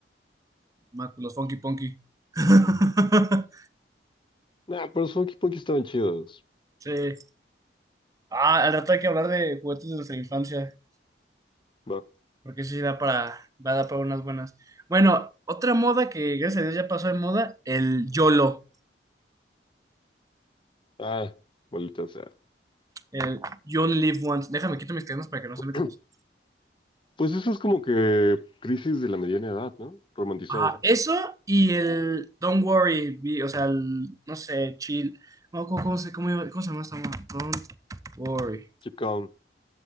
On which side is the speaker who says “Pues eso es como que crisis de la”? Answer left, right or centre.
Left